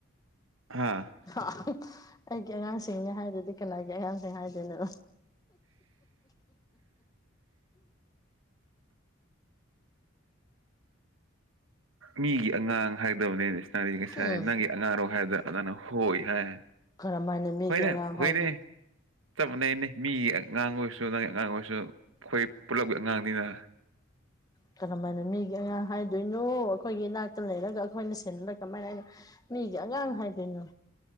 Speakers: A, on the right; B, on the left.
A: ꯍꯥꯥ
B: <inaudible> ꯑꯩꯒꯤ ꯑꯉꯥꯡꯁꯤꯡꯅꯦ ꯍꯥꯏꯗꯔꯗꯤ ꯀꯅꯥꯒꯤ ꯑꯉꯥꯡꯁꯤꯡ ꯍꯥꯏꯗꯣꯏꯅꯣ
A: ꯃꯤꯒꯤ ꯑꯉꯥꯡ ꯍꯥꯏꯗꯧꯕꯅꯦ ꯏꯁ ꯅꯪꯗꯤ ꯉꯁꯥꯏ
B: ꯎꯝ
A: ꯅꯪꯒꯤ ꯑꯉꯥꯡꯔꯣ ꯍꯥꯏꯕꯗ ꯅꯪꯅ ꯍꯣꯏ ꯍꯥꯏ
B: ꯀꯔꯝ ꯍꯥꯏꯅ ꯃꯤꯒꯤ
A: ꯍꯣꯏꯅꯦ
B: ꯑꯉꯥꯡ
A: ꯍꯣꯏꯅꯦ
B: ꯍꯥꯏꯒꯦ
A: ꯆꯞ ꯃꯅꯩꯅꯦ ꯃꯤꯒꯤ ꯑꯉꯥꯡ ꯑꯣꯏꯔꯁꯨ ꯅꯪꯒꯤ ꯑꯉꯥꯡ ꯑꯣꯏꯔꯁꯨ ꯑꯩꯈꯣꯏ ꯄꯨꯜꯂꯞꯒꯤ ꯑꯉꯥꯡꯅꯤꯅ
B: ꯀꯔꯝ ꯃꯥꯏꯅ ꯃꯤꯒꯤ ꯑꯉꯥꯡ ꯍꯥꯏꯗꯣꯏꯅꯣ ꯑꯩꯈꯣꯏꯒꯤ ꯏꯅꯥꯛꯇ ꯂꯩꯔꯒ ꯑꯩꯈꯣꯏꯅ ꯁꯦ <inaudible> ꯀꯃꯥꯏꯅ ꯑꯩꯅꯥ ꯃꯤꯒꯤ ꯑꯉꯥꯡ ꯍꯥꯏꯗꯣꯏꯅꯣ